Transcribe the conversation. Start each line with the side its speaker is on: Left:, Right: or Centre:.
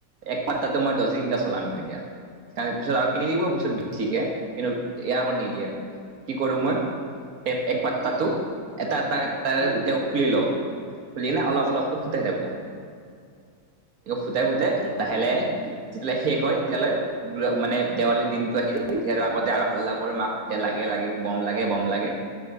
Right: এক পাত্তাটো মই দছদিন
Left: অ
Right: এতিয়া চলাম। এতিয়া তাৰে পিছত আৰু কিনি দিব পিছত বেছিকে কিন্তু ইয়াৰ আগত নিদিয়ে। কি কৰো মই তেপ এক পাত তাতো এটা এটাকে
Left: উম
Right: গোটেই খুলি লওঁ। খুলি কেনে অলপ
Left: আচ্ছা
Right: অলপ ফুটাই থাকো। ফুটাই ফুটাই
Left: তে
Right: লাহে
Left: ভালে
Right: লাহে বো <unintelligible> শেষ হয় সেই তেতিয়ালে <unintelligible> মানে দেৱালী দিনটো আহি যায় তেতিয়া আৰু আগতে আৰু হাল্লা কৰো মাক যে লাগে লাগে। বম লাগে, বম লাগে।